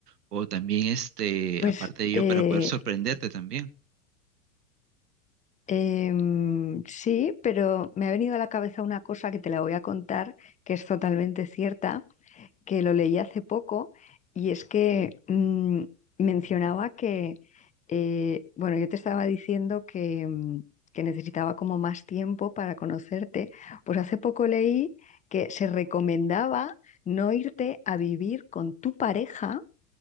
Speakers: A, on the right; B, on the left.
A: o también este,
B: Pues
A: aparte de ello,
B: eh,
A: para poder sorprenderte también.
B: em, sí, pero me ha venido a la cabeza una cosa que te la voy a contar, que es totalmente cierta que lo leí hace poco y es que mm, mencionaba que, eh, bueno, yo te estaba diciendo que, mm, que necesitaba como más tiempo para conocerte, pues hace poco leí que se recomendaba no irte a vivir con tu pareja